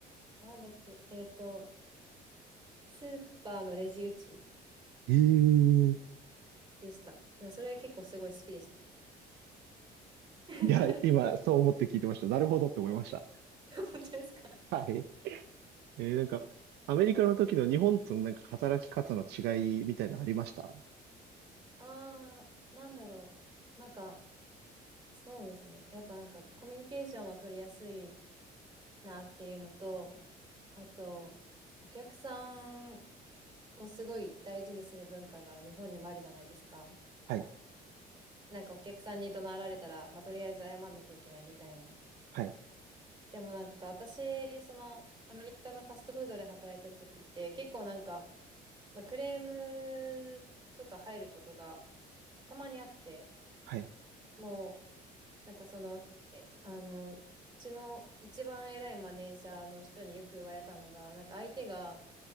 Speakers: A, on the right (about 30°); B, on the right (about 80°).
A: なんだっけ、えっと、スーパーのレジ打ち
B: ええー
A: でした。だからそれ結構すごい好きでした。<laughs>
B: いや、今、そう思って聞いてました。なるほどって思いました。
A: 本当ですか
B: はい。えー、なんか、アメリカの時の日本とのなんか働き方の違いみたいなのありました
A: あー、なんだろう。なんか、そうですね。やっぱなんかコミュニケーションは取りやすいなっていうのと、あと、お客さんをすごい大事にする文化が日本にもあるじゃないですか。
B: はい、
A: なんかお客さんに怒鳴られたら、まあ、とりあえず謝んなきゃいけないみたいな。
B: はい、
A: でもなんか私、そのアメリカのファストフードで働いてた時って結構なんか、まあ、クレームとか入ることがたまにあって、
B: はい、
A: もうなんかその、え、あの、うちの一番偉いマネージャーの人によく言われたのが、なんか相手が、